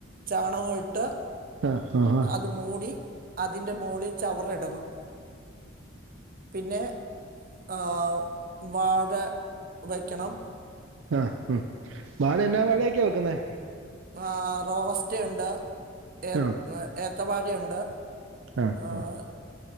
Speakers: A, on the right (about 45°); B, on the right (about 70°).
A: ചാണകോ ഇട്ട്
B: അ ഹാ
A: അത് മൂടി അതിന്റെ മോളിൽ ചവറിടണം. പിന്നെ ് വാഴ വയ്ക്കണം.
B: അ ം മവാഴ എന്നാ വാഴേക്കെ വെക്കുന്നേ?
A: ആഹ് റോബസ്റ്റുണ്ട് ഏ
B: ആ
A: ഏത്തവാഴേയുണ്ട്.
B: ആ
A: ആഹ്
B: ആ,